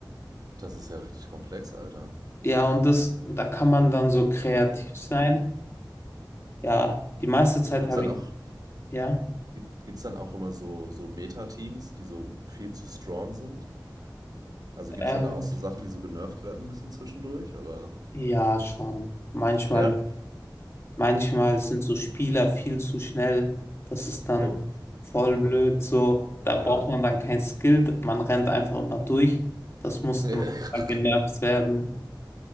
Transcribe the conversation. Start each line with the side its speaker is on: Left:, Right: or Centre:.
Right: Das ist ja richtig komplex, Alter.
Left: Ja, und das, da kann man dann so kreativ sein. Ja, die meiste Zeit
Right: Gibt's
Left: habe
Right: dann
Left: ich,
Right: auch,
Left: ja.
Right: gibt, gibt's dann auch immer so, so Meta-Teams, die so viel zu strong sind? Also gibt's
Left: Ähm,
Right: dann da auch so Sachen, die so genervt werden müssen zwischendurch, oder?
Left: Ja, schon. Manchmal,
Right: Ja.
Left: manchmal sind so Spieler viel zu schnell. Das ist dann
Right: Oh,
Left: voll
Right: okay.
Left: blöd so.
Right: Ja.
Left: Da braucht man dann kein Skill. Man rennt einfach immer durch. Das musste
Right: <laughs>
Left: mal genervt werden.